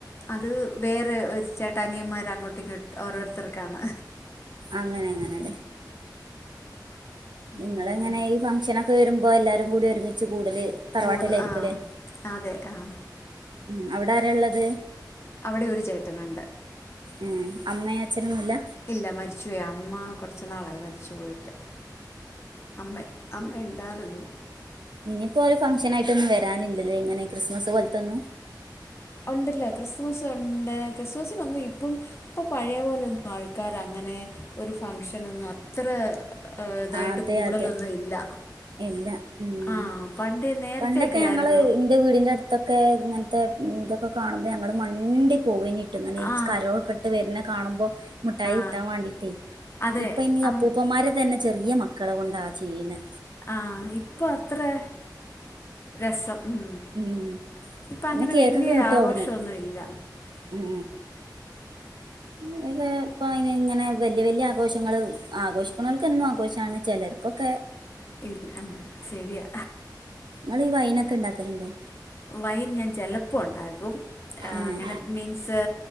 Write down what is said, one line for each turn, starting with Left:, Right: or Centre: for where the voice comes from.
Left: അത് വേറെ ഒര്ചേട്ട അനിയന്മാര് അങ്ങോട്ട് ഇങ്ങോട്ട് ഓരോര്ത്തർക്കാണ്
Right: അങ്ങനെ അങ്ങനെല്ലെ
Left: ഉം
Right: ഇങ്ങളെ ഇങ്ങനെ ഈ ഫംഗ്ഷനൊക്കെ വെരുമ്പാെ എല്ലാരും കൂടി ഒരുമിച്ച് കൂടല് തറവാട്ടിലായിരിക്കുംല്ലേ
Left: കൂടും ആഹ് അതെ ആഹ്
Right: ഉം അവടെ ആരാ ഇള്ളത്
Left: അവടെ ഒരു ചേട്ടനുണ്ട്
Right: ഉം അമ്മയും അച്ഛനൊന്നും ഇല്ല
Left: ഇല്ല മരിച്ചു പോയി അമ്മാകാെറച്ച് നാളായി മരിച്ചു പോയിട്ട് അമ്മെ അമ്മ ഇണ്ടാറ്ന്നു
Right: ഇഞ്ഞ് ഇപ്പോ ഒര് ഫംഗ്ഷനായിട്ടൊന്നും വെരാനില്ലല്ലേ എങ്ങനെ ക്രിസ്മസ് പോൽത്തൊന്നും
Left: ഒണ്ടല്ലോ ക്രിസ്ത്മസ് ഉണ്ട് ക്രിസ്മസിനൊന്നും ഇപ്പം ഇപ്പൊ പഴയ പോലെ ഒന്നും ആൾക്കാര് അങ്ങനെ ഒരു ഫംഗ്ഷനൊന്നും അത്തറെ ഹ് ഇതായിട്ട്
Right: അതെ
Left: കൂടലൊന്നും
Right: അതെ
Left: ഇല്ല
Right: ഇല്ല ഉം
Left: ആ പണ്ട് നേരത്തെയൊക്കെ
Right: പണ്ടൊക്കെ ഞങ്ങള്
Left: ആയിരുന്നു
Right: ഇന്റെ വീടിന്റെ അട്ത്തൊക്കെ ഇങ്ങൻത്തെ ഇതൊക്കെ കാണുമ്പാെ ഞങ്ങള് മണ്ടി പോവേന് രുന്നനെ ഈച്ച്
Left: ആ
Right: കരാേ ഒക്കെ ഇട്ട് വെര്നത് കാണുമ്പാെ മുഠായി
Left: ആ
Right: കിട്ടാൻ വാണ്ടീട്ടെെ
Left: അതെ
Right: ഇപ്പൊ ഇഞ്ഞ്
Left: അന്ന്
Right: അപ്പൂപ്പന്മാരെ തന്നെ ചെറിയ മക്കളെ കൊണ്ടാ ചെയ്യ്ണ്
Left: ആഹ് ഇപ്പൊ അത്രെ രസം ഉം
Right: ഉം
Left: ഇപ്പഅങ്ങനെ
Right: പിന്നെ കേക്കൊക്കെ
Left: വെല്യ
Right: കിട്ടും
Left: ആഘോഷൊന്നും
Right: അവിടുന്ന്
Left: ഇല്ല
Right: ഉം അങ്ങനെത്തെ ഇപ്പൈന് ഇങ്ങനെ വെല്യ വെല്യ ആഘോഷങ്ങള് ആഘോഷിക്ക്ണോൽക്ക് എന്നും ആഘോഷാണ് ചെലർകാെക്കെ
Left: ഇല്ല ആഹ് ശെരിയാ
Right: ഇങ്ങള് ഈ വൈനെക്കെ ഇണ്ടാക്കല്ണ്ടോ
Left: വൈൻ ഞാൻ ചെലപ്പാെ ഉണ്ടാക്കും
Right: ഏഹ്
Left: അങ്ങനെ മിൻസ്